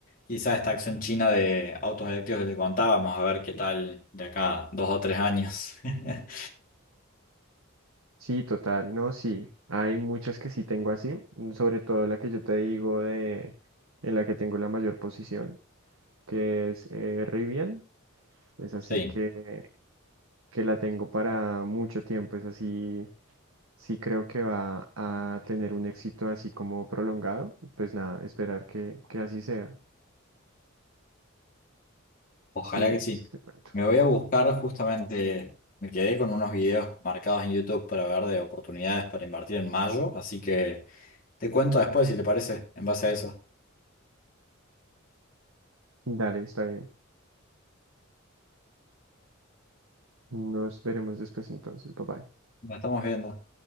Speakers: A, on the left (about 45°); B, on the right (about 85°).
A: Quizá esta acción china de autos eléctricos que te contaba, Vamos a ver qué tal de acá dos o tres años. <laughs>
B: Sí, total. No, sí. Hay muchas que sí tengo así. mm, Sobre todo la que yo te digo de en la que tengo la mayor posición, que es eh, Rivian. Es así
A: Sí.
B: que, que la tengo para mucho tiempo. Es así. Sí creo que va a tener un éxito así como prolongado. Pues nada, esperar que, que así sea.
A: Ojalá
B: Sí,
A: que sí.
B: eso te cuento.
A: Me voy a buscar justamente, me quedé con unos videos marcados en YouTube para ver de oportunidades para invertir en mayo, así que te cuento después si te parece, en base a eso.
B: Dale, está bien. Nos veremos después entonces. Bye bye.
A: Nos estamos viendo.